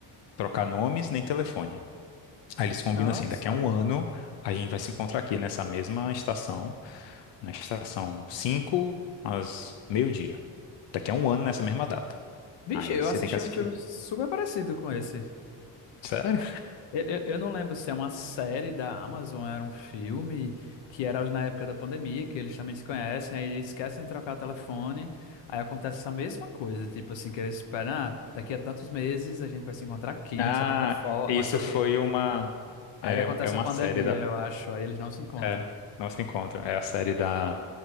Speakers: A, on the left; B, on the left.
A: trocar nomes nem telefone. Aí eles
B: nossa.
A: combinam assim, daqui a um ano a gente vai se encontrar aqui nessa mesma estação, na estação 5 às meio-dia. Daqui a um ano nessa mesma data.
B: Vixe,
A: Aí
B: eu
A: você
B: assisti
A: tem que assistir.
B: um filme super parecido com esse.
A: Sério?
B: Eu, eu- eu não lembro se é uma série da Amazon, era um filme que era ali na época da pandemia, que eles também se conhecem, aí eles esquecem de trocar telefone, aí acontece essa mesma coisa, tipo assim, que eles esperam, ah, daqui a tantos meses a gente vai se encontrar aqui
A: Ah,
B: nessa plataforma,
A: isso
B: não sei o
A: foi
B: quê.
A: uma
B: Aí
A: é,
B: acontece
A: é uma
B: a pandemia,
A: série
B: eu acho, aí eles não se encontram.
A: É, não se encontram. É a série da